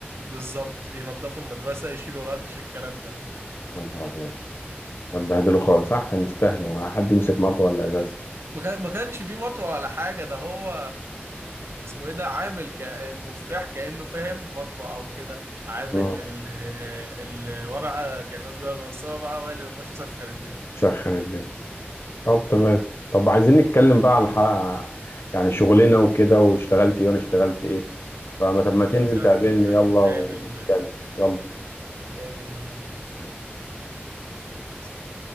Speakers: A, on the right; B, on the left.
A: بالظبط ينظفوا المدرسه يشيلوا غطش الكلام ده
B: يا نهار ابيض ده بهدلوا خالص احسن يستاهلوا حد يمسك مطوه ولا ازاز
A: ما كان- ما كانش فيه مطوه ولا حاجه ده هو اسمه ايه ده عامل ك- المفتاح كانه فاهم مطوه او كده عامل
B: مم.
A: ال- الورقه كانها سجاره بس هو بقى هو اللي بيخش يسخر الدنيا
B: سخن الدنيا طب تمام طب عايزين نتكلم بقى على حق يعني شغلنا وكده واشتغلت ايه وانا اشتغلت ايه فما طب ما
A: خلاص
B: تنزل
A: يا
B: تقابلني
A: عم نبقى
B: يلا
A: نتقابل
B: ونتكلم يلا
A: نتقابل وننزل
B: ماشي.
A: ماشي ماشي سلام